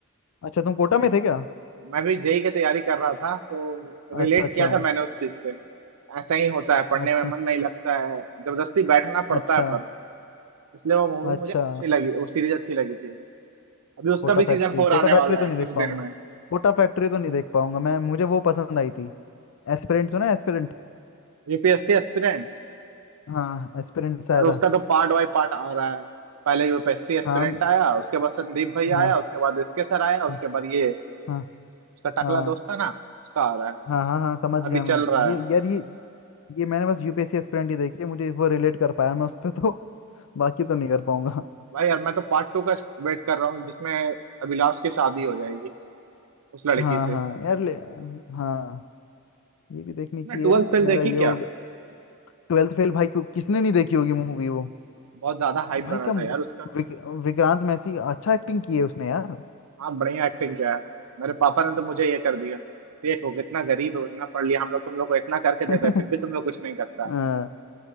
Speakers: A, on the left; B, on the right.
A: अच्छा तुम कोटा में
B: Like,
A: थे क्या
B: मैं भी जेई की तैयारी कर रहा था तो
A: अच्छा
B: रिलेट
A: अच्छा
B: किया था मैंने उस चीज से ऐसा ही होता है पढ़ने
A: अच्छा
B: में मन नहीं लगता है जबरदस्ती बैठना पड़ता
A: अच्छा
B: है पर इसलिए वो मूवी
A: अच्छा
B: मुझे अच्छी लगी वो सीरीज अच्छी लगी थी अभी उसका
A: कोटा
B: भी
A: फैक्ट्री
B: सीजन फोर
A: कोटा
B: आने
A: फैक्ट्री
B: वाला
A: तो
B: है
A: नहीं
B: कुछ
A: देख
B: दिन
A: पाऊंगा
B: में
A: कोटा फैक्ट्री तो नहीं देख पाऊंगा मैं मुझे वो पसंद आई थी एस्पिरेंट सुना है एस्पिरेंट
B: UPSC aspirants
A: हाँ एस्पिरेंट से
B: यार
A: आया
B: उसका
A: था
B: तो पार्ट बाय पार्ट आ रहा है पहले यूपीएससी एस्पिरेंट
A: हाँ
B: आया उसके बाद संदीप भाई
A: हाँ
B: आया उसके बाद इसके सर आया उसके
A: हाँ
B: बाद ये
A: हाँ
B: उसका टकला
A: हाँ
B: दोस्त था ना उसका आ रहा है
A: हाँ हाँ हाँ, समझ
B: अभी
A: गया मैं
B: चल रहा
A: ये
B: है
A: यार ये ये मैंने बस यूपीएससी एस्पिरेंट ही देखी है मुझे वो रिलेट कर पाया मैं उस पर तो बाकी तो नहीं कर पाऊंगा
B: भाई यार मैं तो पार्ट टू का वेट कर रहा हूँ जिसमें अभिलाष की शादी हो जाएगी उस लड़की
A: हाँ
B: से
A: हाँ यार ले हाँ ये भी देखने की
B: ना
A: है
B: ट्वेल्थ फेल
A: मेरा
B: देखी
A: ये हो
B: क्या
A: गया ट्वेल्थ फेल भाई क्यों किसने नहीं देखी होगी मूवी वो
B: बहुत ज्यादा हाइप
A: भाई
B: बना
A: क्या
B: था यार उसका
A: विक, विक्रांत मैसी अच्छा एक्टिंग की है उसने यार
B: हाँ बढ़िया एक्टिंग किया है मेरे पापा ने तो मुझे ये कर दिया देखो कितना गरीब हो इतना पढ़ लिया हम लोग तुम लोग को इतना करके
A: <laughs>
B: देते हैं फिर भी तुम लोग कुछ नहीं करता
A: हाँ,